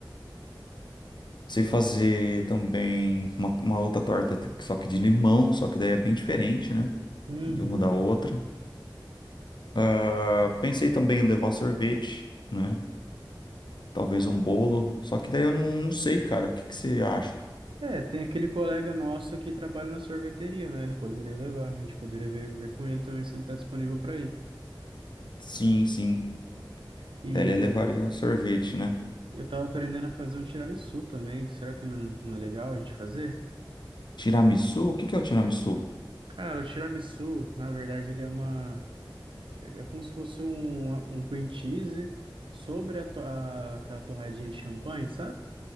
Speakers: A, on the left (about 60°); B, on the right (about 80°).
A: Sei fazer também uma, uma outra torta, t- só que de limão, só que daí é bem diferente, né?
B: Uhum.
A: De uma da outra. Ah, pensei também em levar sorvete, né? Talvez um bolo, só que daí eu não, não sei, cara. O que que você acha?
B: É, tem aquele colega nosso que trabalha na sorveteria, né? Ele poderia levar. A gente poderia ver, ver com ele também se ele tá disponível para ir.
A: Sim, sim.
B: E
A: Daí ele levaria sorvete, né?
B: eu tava aprendendo a fazer um tiramisu também. Será que não, não é legal a gente fazer?
A: Tiramisu? O que que é o tiramisu?
B: Cara, o tiramisu, na verdade, ele é uma. É é como se fosse um, um cream cheese sobre a to- a- aquela torradinha de champanhe, sabe?